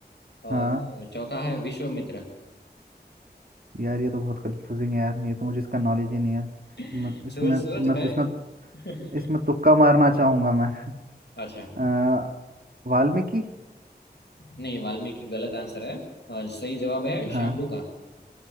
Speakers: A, on the left; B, on the right.
A: और
B: हाँ
A: चौथा है विश्वामित्र
B: यार ये तो बहुत कंफ्यूजिंग है यार ये तो मुझे इसका नॉलेज ही नहीं है
A: <laughs>
B: मैं इसमें
A: सोच सोच
B: मैं
A: भाई
B: तो इसमें
A: <laughs>
B: इसमें तुक्का मारना चाहूंगा मैं
A: अच्छा
B: <laughs> अ, वाल्मीकि
A: नहीं वाल्मीकि गलत आंसर है और सही जवाब है
B: हाँ
A: शंभू का